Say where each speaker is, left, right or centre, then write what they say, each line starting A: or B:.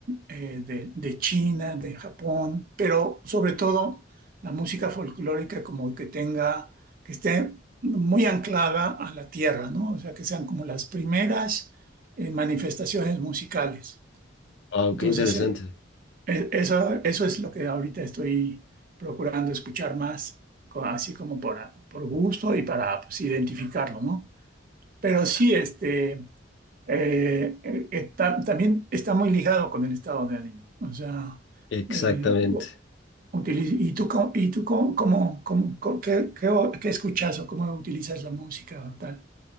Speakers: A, on the right; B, on the left.
A: eh, de, de China, de Japón, pero sobre todo la música folclórica como que tenga, que esté muy anclada a la tierra, ¿no? O sea, que sean como las primeras eh, manifestaciones musicales.
B: Wow,
A: Entonces,
B: qué interesante.
A: eh, e- eso, eso es lo que ahorita estoy procurando escuchar más, co- así como por, a- por gusto y para pues, identificarlo, ¿no? Pero sí, este eh, eh, está, también está muy ligado con el estado de ánimo. O sea,
B: Exactamente.
A: eh, u- utiliz- ¿y tú, cómo, y tú cómo, cómo- cómo- cómo- qué, qué, o- qué escuchas o cómo utilizas la música o tal?